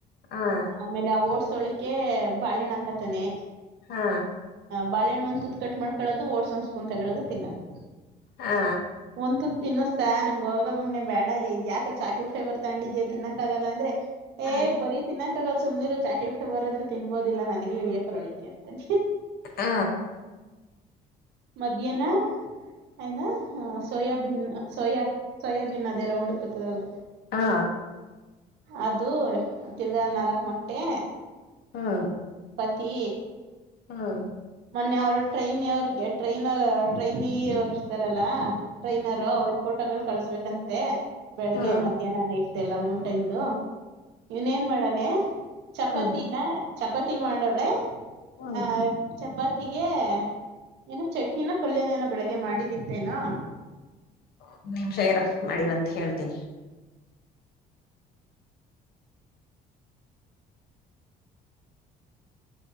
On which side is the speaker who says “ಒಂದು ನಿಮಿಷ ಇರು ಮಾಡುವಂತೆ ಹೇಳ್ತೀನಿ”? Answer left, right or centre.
Left